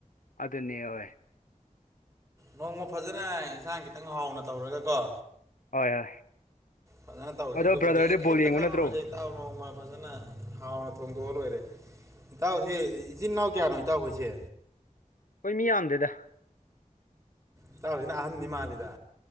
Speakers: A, on the left (about 75°); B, on the right (about 20°).
A: ꯑꯗꯨꯅꯦ ꯍꯣꯏ
B: ꯅꯣꯡꯃ ꯐꯖꯅ ꯏꯟꯁꯥꯡ ꯈꯤꯇꯪ ꯍꯥꯎꯅ ꯇꯧꯔꯒꯀꯣ
A: ꯍꯣꯏ ꯍꯣꯏ
B: ꯐꯖꯅ ꯇꯧꯁꯦ
A: ꯑꯗꯣ
B: ꯑꯗꯨꯕꯨꯗꯤ
A: ꯕ꯭ꯔꯗꯔꯗꯤ
B: ꯑꯩ ꯀꯔꯤꯝꯇꯥ
A: ꯕꯣꯜ ꯌꯦꯡꯕ
B: ꯈꯜꯂꯨꯅꯨ
A: ꯅꯠꯇ꯭ꯔꯣ
B: ꯁꯦ ꯏꯇꯥꯎ ꯅꯣꯡꯃ ꯐꯖꯅ ꯍꯥꯎꯅ ꯊꯣꯡꯗꯣꯛꯑꯥ ꯂꯣꯏꯔꯦ ꯏꯇꯥꯎꯁꯦ ꯏꯆꯤꯟ ꯏꯅꯥꯎ ꯀꯌꯥꯅꯣ ꯏꯇꯥꯎꯈꯣꯏꯁꯦ
A: ꯑꯈꯣꯏ ꯃꯤ ꯌꯥꯝꯗꯦꯗ
B: ꯏꯇꯥꯎꯖꯤꯅ ꯑꯍꯟꯗꯤ ꯃꯥꯜꯂꯤꯗ